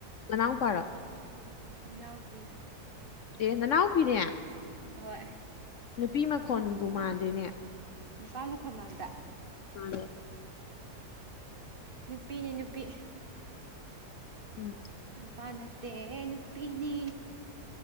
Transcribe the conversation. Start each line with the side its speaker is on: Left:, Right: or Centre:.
Left: ꯅꯅꯥꯎ ꯄꯥꯔꯣ
Right: ꯏꯅꯥꯎ ꯄꯤꯅꯤ
Left: ꯑꯦ ꯅꯅꯥꯎ ꯄꯤꯅꯦ
Right: ꯑꯍꯣꯏ
Left: ꯅꯨꯄꯤ ꯃꯈꯣꯟꯕꯨ ꯃꯥꯟꯗꯦꯅꯦ
Right: ꯅꯨꯄꯥ ꯃꯈꯣꯟ ꯃꯥꯟꯕ꯭ꯔꯥ
Left: ꯃꯥꯜꯂꯦ
Right: ꯅꯨꯄꯤꯅꯤ ꯅꯨꯄꯤ
Left: ꯎꯝ
Right: ꯅꯨꯄꯥ ꯅꯠꯇꯦ ꯅꯨꯄꯤꯅꯤ